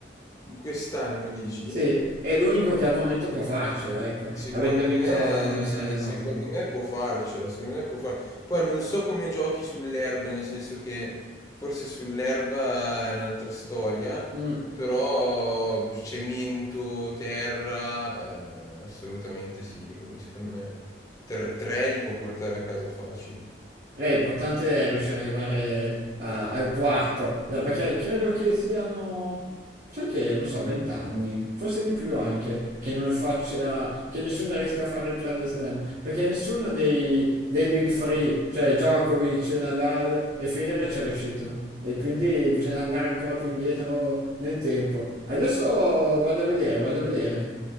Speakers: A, on the left; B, on the right.
A: In Quest'anno dici?
B: Sì, è l'unico che al momento può farcela, ecco,
A: Secondo
B: avendo vinto
A: me,
B: l'Australian
A: secondo
B: Open.
A: me può farcela, secondo me può far... Poi non so come giochi sull'erba, nel senso che forse sull'erba è un'altra storia,
B: Mm.
A: però cemento, terra, eh, assolutamente sì, quindi secondo me tre, tre li può portare a casa facili.
B: È importante riuscire ad arrivare a- al quarto, eh, perché credo che siano, sai che, non so, vent'anni, forse di più anche, che non faccia, che nessuno riesca a fare il Grande Slam, perché nessuno dei, dei Big Three, cioè Djokovic, Nadal e Federer ci è riuscito. E quindi bisogna andare ancora più indietro nel tempo. Adesso vado a vedere, vado a vedere.